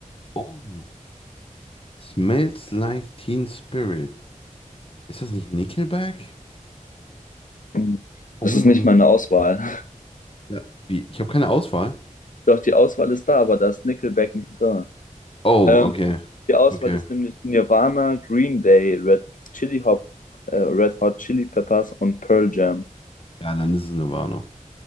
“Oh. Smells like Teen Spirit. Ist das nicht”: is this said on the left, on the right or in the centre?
Left